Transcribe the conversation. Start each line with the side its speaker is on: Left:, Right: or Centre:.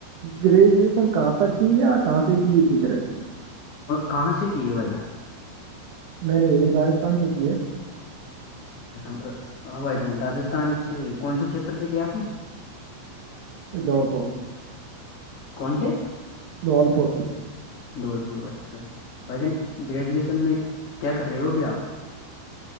Right: گریجویشن کہاں تک کی کہاں سے کی یہ پوچھ رہے
Left: کہاں سے کی ہے بائی جان
Right: میں نے یہی راجستھان سے کی ہے
Left: بھ ہاں بھائی جان رجستھان سے کون سے چھیتر سے کیا آپ نے
Right: یہ دولپور
Left: کون سے
Right: دھول پور
Left: دھولپور اچھا بھائی جان گریجویشن میں کیا کر رہے ہو ابھی آپ